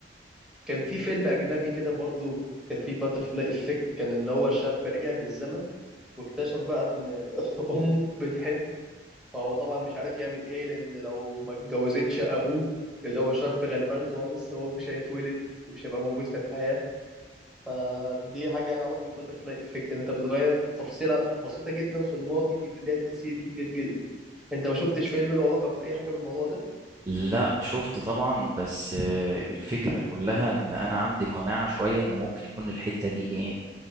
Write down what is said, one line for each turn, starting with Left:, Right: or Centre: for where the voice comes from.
Centre: كان في فيلم اجنبي كده برضو كان فيه الباتر فلاي افكت كان ان هو شاب رجع بالزمن واكتشف بقى ان <laughs> امه بتحبه فهو طبعا مش عارف يعمل ايه لان لو ما اتجوزتش ابوه اللي هو شاب غلبان خالص هو مش هيتولد ومش هيبقى موجود في الحياه فدي حاجة لها علاقة بالباترفلاي افكت ان انت بتغير تفصيلة بسيطة جدا في الماضي بيبقى ليها تأثير كبير جدا انت ما شفتش فيلم له علاقة بأي حاجة بالموضوع ده؟
Right: لا شفت طبعا بس آه، الفكرة كلها ان انا عندي قناعة شوية ان ممكن يكون الحتة دي ايه